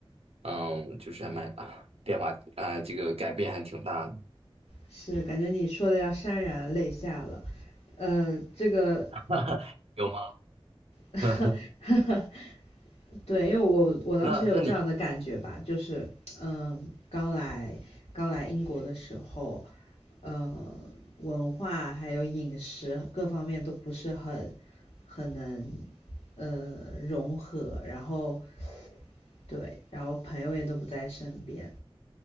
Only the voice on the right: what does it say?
嗯，就是还蛮 <laughs> 变化，呃，这个改变还挺大的，
<laughs> 有吗？
<laughs>
那那你，